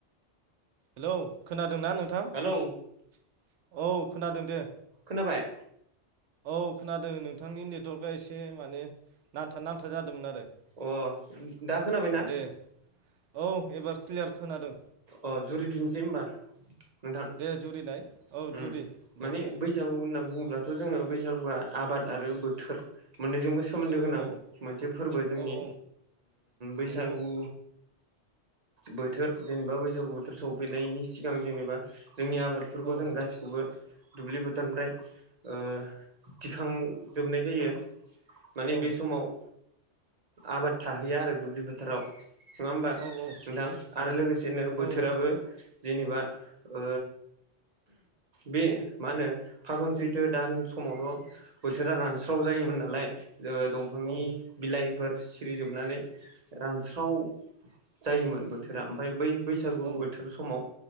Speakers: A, on the right; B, on the right.
A: hello खोनादोंना नोंथां औ
B: हेलौ
A: खोनादों दे
B: खोनाबाय
A: औ खोनादों नोंथांनि नेटवार्कआ एसे माने नांथा नांथा जादोंमोन आरो
B: अ दा खोनाबायना
A: दे औ एबार क्लियार खोनादों
B: अ जुरिफिननोसै होनोमबा नोंथां
A: दे जुरिनाय औ जुरि दे
B: माने बैसागु होनना बुङोब्लाथ' जोङो बैसागुआ आबाद आरो बोथोर मोननैजों बोसोर सोमोन्दो गोनां
A: औ
B: मोनसे फोरबो जोंनि
A: औ औ
B: बैसागु
A: नंगौ
B: बोथोर जेनेबा बैसागु बोथोर सफैनायनि सिगां जेनेबा जोंनि आबादफोरखौ
A: औ
B: जों गासिखौबो दुब्लि बोथोरनिफ्राय ओ थिखांजोबनाय जायो माने
A: औ
B: बे समाव आबाद थाहैया आरो दुब्लि फोथाराव नङा होमबा
A: औ औ
B: नोंथां आरो
A: नंगौ
B: लोगोसेनो बोथोराबो
A: औ
B: जेनोबा ओ बे मा होनो फागुन सैत्र दान समावथ' बोथोरा रानस्राव जायोमोन नालाय ओ दंफांनि
A: औ
B: बिलाइ बेफोर सिरिजोबनानै रानस्राव जायोमोन बोथोरा ओमफाय बै बैसागु
A: औ
B: बोथोर समाव